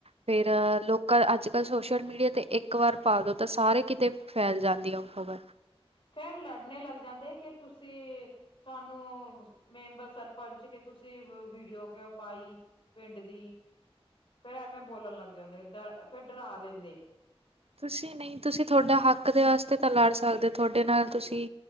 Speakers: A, on the right (about 70°); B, on the left (about 55°).
A: ਫੇਰ ਲੋਕਾਂ ਅੱਜ ਕੱਲ੍ਹ ਸੋਸ਼ਲ ਮੀਡੀਆ ਤੇ ਇੱਕ ਵਾਰ ਪਾ ਦੋ ਤਾਂ ਸਾਰੇ ਕਿਤੇ। ਫੈਲ ਜਾਂਦੀਆਂ ਖਬਰ।
B: ਫੇਰ ਲੜਨੇ ਲੱਗ ਜਾਂਦੇ ਕਿ ਤੁਸੀਂ ਸਾਨੂੰ ਮੈਂਬਰ ਸਰਪੰਚ ਕੇ ਤੁਸੀਂ ਵੀਡੀਓ ਕੳ ਪਾਈ। ਪਿੰਡ ਦੀ, ਫੇਰ ਐਵੇਂ ਬੋਲਨ ਲੱਗ ਜਾਂਦੇ ਡਰ ਫੇਰ ਡਰਾ ਦਿੰਦੇ।
A: ਤੁਸੀਂ ਨਹੀਂ ਤੁਸੀਂ ਤੁਹਾਡਾ ਹੱਕ ਦੇ ਵਾਸਤੇ ਤਾਂ ਲੜ ਸਕਦੇ ਹੋ ਤੁਹਾਡੇ ਨਾਲ ਤੁਸੀਂ